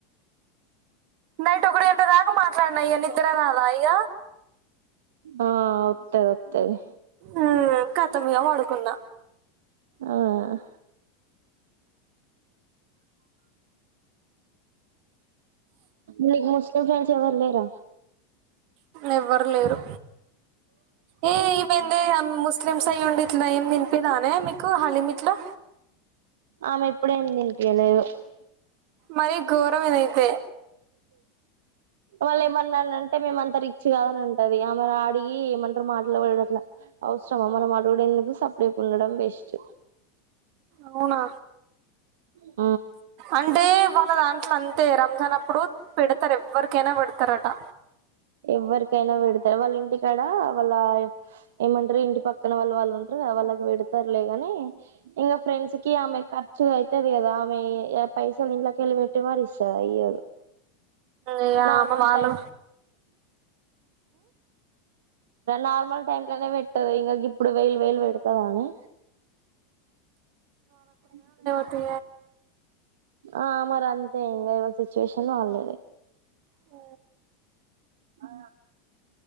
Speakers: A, on the right (about 55°); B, on the right (about 70°).
A: నైట్ ఒకటి గంట దాకా మాట్లాడినా నిద్రరాధ ఇగ
B: ఆ ఒత్తది ఒత్తది
A: ఆ ఖతం ఇగ పడుకున్న
B: ఆ అ నీకు ముస్లిం ఫ్రెండ్స్ ఎవరు లేర
A: ఎవ్వరు లేరు ఏ ఇ ముందీ కదా ముస్ల స్లిమ్స్ అయ్యండి ఇట్లా ఏమి తినిపిదానే మీకు హలీమిట్లా
B: ఆమె ఎప్పుడేం తినిపిలేదు
A: మరి ఘోరం ఏదైతే
B: మళ్ళ ఏమన్నానంటే మేమ అంత రిచ్చి కాదని ఉంటది ఆమెని అడిగి ఏమంటారు మాటలు వాడ అట్లా అవసరమా మనం అడగుడ ఎందుకు సప్లై ప ఉండడం బెస్ట్
A: అవునా
B: ఓ
A: అంటే వాళ్ళ దాంట్లో అంతే రంజాన్ అప్పుడు పెడ త ఎవరికేనా పెడుతారటా
B: ఎవ్వరికైనా పెడతారు వాళ్ళ ఇంటికాడ వాళ్ళ ఏమంటారు ఇంటి పక్కన వాళ్ళ వాళ్ళు ఉంటారు అలా పెడతారులేగాని ఇంకా ఫ్రెండ్స్ కి ఆమె చూ అయితది కదా ఆమె పైసా నింలకళపెట్టి మరిస్తద అయ్యదు
A: ఇగ
B: నార్మల్
A: ఆమె వాళ్ళు
B: టై నార్మల్ టైమ్ లోనే పెట్టది ఇంకాక ఇప్పుడు వెయిల్ వయల్ పెడతద అని బ
A: అత్త
B: ఆ మరి అంతే ఇంకా ఇవా సిచ్యుయేషన్ వాల్ద
A: అ
B: ఆ